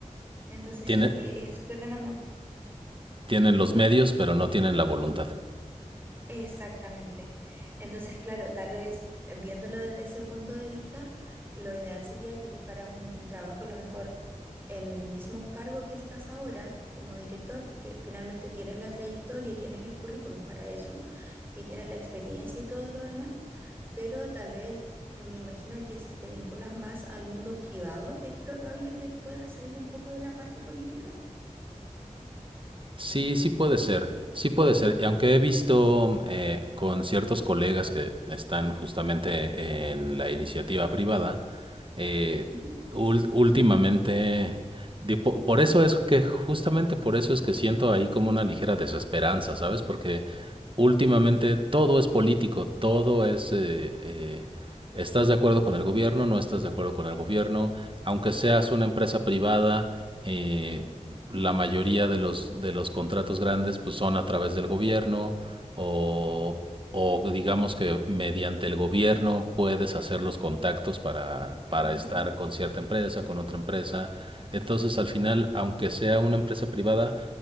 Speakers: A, on the right; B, on the right.
A: Entonces
B: Tiene-
A: sí, e- es súper demandante.
B: tienen los medios, pero no tienen la voluntad.
A: Exactamente. Entonces, claro, tal vez eh, viéndolo desde ese punto de vista, lo ideal sería que buscaras un, un trabajo a lo mejor en el mismo cargo que estás ahora como director, porque finalmente tienes la trayectoria y tienes el currículum para eso, y tienes la experiencia y todo lo demás, pero tal vez me imagino que si te vinculas más al mundo privado, es probable que puedas salir un poco de la parte política.
B: Sí, sí puede ser, sí puede ser. Y aunque he visto eh, con ciertos colegas que están justamente en la iniciativa privada, eh,
A: Ujú.
B: ul- últimamente, di- po- por eso es que, justamente por eso es que siento ahí como una ligera desesperanza, ¿sabes? Porque últimamente todo es político, todo es... eh, eh, ¿Estás de acuerdo con el gobierno? ¿No estás de acuerdo con el gobierno? Aunque seas una empresa privada, eh, la mayoría de los, de los contratos grandes pues, son a través del gobierno o, o digamos que mediante el gobierno puedes hacer los contactos para, para
A: Ujú.
B: estar con cierta empresa, con otra empresa. Entonces, al final, aunque sea una empresa privada,